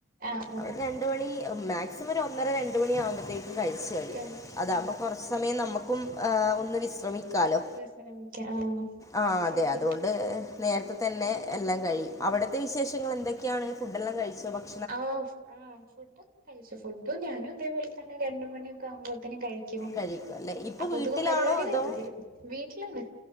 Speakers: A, on the right; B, on the left.
A: ആഹ് ആഹ്
B: ഒര് രണ്ട് മണി മാക്സിമം ഒരു ഒന്നര രണ്ട് മണിയാവുമ്പം കഴിച്ച് കഴിയും
A: കഴിക്കും
B: അതാവുമ്പോ
A: ഉം
B: കൊറച്ച് സമയം നമുക്കും ആഹ് ഒന്ന് വിശ്രമി ക്കാലോ
A: വിശ്രമിക്കാം ആഹ്
B: ആഹ് അതെ
A: ശരിയാ
B: അത് കൊണ്ട് നേരത്തെ തന്നെ എല്ലാം കഴിയും അവടത്തെ വിശേഷങ്ങള് എന്തൊക്ക്യാണ് ഫുഡെല്ലാം കഴിച്ചോ? ദ.
A: ആഹ് ആഹ് ഫുഡ് കഴിച്ചു ഫുഡും ഞാനും ഇതേപോലെ തന്നെ രണ്ട് മണിയൊക്കെ ആവുമ്പോത്തിനും കഴി ക്കും
B: കഴിക്കും അല്ലേ ഇപ്പോൾ
A: അപ്പോത്ത്ക്കും
B: വീട്ടിലാണോ
A: പരിവാടികളൊക്കെ
B: അതോ
A: തീരും വീട്ടിലന്നെ